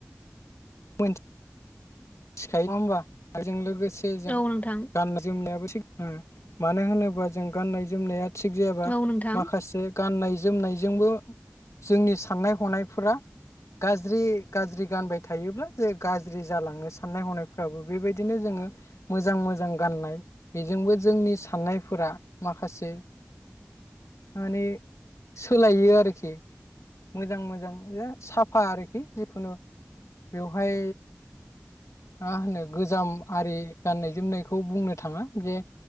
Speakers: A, on the left (about 85°); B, on the left (about 35°).
A: मिथिखायो नङा होमबा आजों लोगोसे एसे जों
B: औ नोंथां
A: गाननाय जोमनायाबो एसे उम मानो होनोबा जों गाननाय जोमनाया थिग जायाबा
B: औ नोंथां
A: माखासे गाननाय जोमनायजोंबो जोंनि साननाय हनायफोरा गाज्रि गाज्रि गानबाय था थायोब्ला जे गाज्रि जालाङो साननाय हनायफ्राबो बेबायदिनो जोङो मोजां मोजां गाननाय बेजोंबो जोंनि साननायफोरा माखासे माने सोलायो आरोखि मोजां मोजां साफा आरोखि जिखुनु बेवहाय मा होनो गोजाम आरि गाननाय जोमनायखौ बुंनो थाङा जे